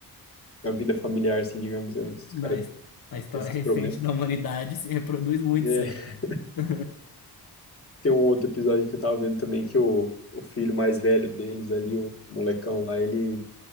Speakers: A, on the left; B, on the left.
A: na vida familiar, assim, digamos, é, os
B: Na,
A: caras
B: his- na história
A: têm esses
B: recente
A: problemas.
B: da humanidade se reproduz muito
A: É,
B: isso aí. né?
A: tem um outro episódio que eu tava vendo também que o, o filho mais velho deles ali, o, o molecão lá, ele